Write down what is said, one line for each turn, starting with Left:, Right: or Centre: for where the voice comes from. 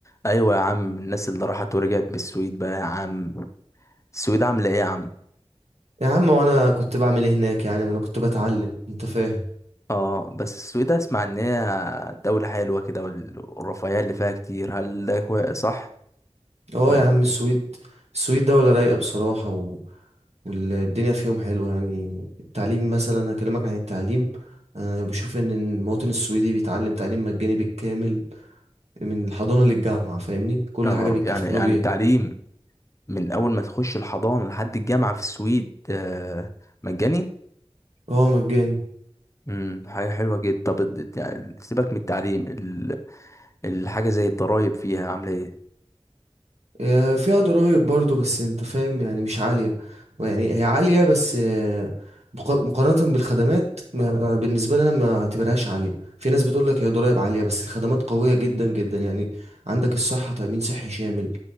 Left: ايوه يا عم الناس اللي راحت ورجعت من السويد بقى يا عم السويد عامله ايه يا عم
Right: يا عم وانا كنت بعمل ايه هناك يعني ما انا كنت بتعلم انت فاهم
Left: اه بس السويد اسمع ان هي دولة حلوة كده وال- والرفاهية اللي فيها كتير هل ده كوي- صح
Right: اه
Left: ولا
Right: يا عم السويد السويد دولة رايقة بصراحة و... والدنيا فيهم حلوة يعني التعليم مثلا اكلمك عن التعليم انا بشوف ان المواطن السويدي بيتعلم تعليم مجاني بالكامل من الحضانة للجامعة فاهمني كل
Left: يا نهار
Right: حاجة بيتكفلوا
Left: أبيض، يعني يعني
Right: بيها
Left: التعليم من اول ما تخش الحضانة لحد الجامعة في السويد آه، مجاني
Right: اه مجاني
Left: امم حاجة حلوة جدا طب الد- يعني سيبك من التعليم ال- الحاجة زي الضرايب فيها عاملة ايه
Right: آه، فيها ضرائب برضو بس انت فاهم يعني مش عالية يعني هي عالية بس آه، مقا- مقارنة بالخدمات ما بالنسبة لي انا ما اعتبرهاش عالية في ناس بتقول لك هي ضرائب عالية بس الخدمات قوية جدا جدا يعني عندك الصحة تأمين صحي شامل